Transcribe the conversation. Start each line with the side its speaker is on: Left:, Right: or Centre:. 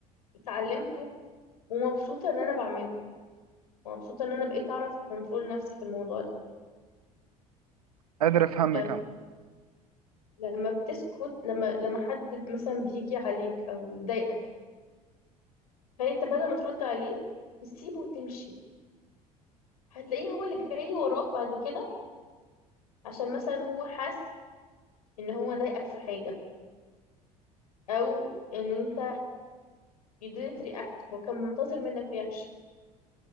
Left: اتعلمته ومبسوطة ان انا بعمله ومبسوطة ان انا بقيت اعرف اكونترول نفسي في الموضوع ده
Right: قادر افهمك
Left: آه،
Right: عم.
Left: لما بتسكت لما لما حد مثلا بيجي عليك او بيضايقك فانت بدل ما ترد عليه تسيبه وتمشي هتلاقيه هو اللي جاي وراك بعد كده عشان مثلا هو حس ان هو ضايقك في حاجة او ان انت you didn't react هو كان منتظر منك reaction